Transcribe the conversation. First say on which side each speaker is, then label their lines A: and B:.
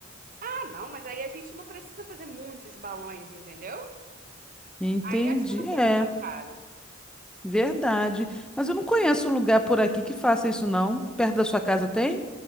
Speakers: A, on the right; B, in the centre.
A: Ah, não, mas aí a gente não precisa fazer muitos balões, entendeu?
B: Entendi.
A: Aí acho que não fica
B: É,
A: tão caro.
B: verdade. Mas eu não conheço lugar por aqui que faça isso, não. Perto da sua casa tem?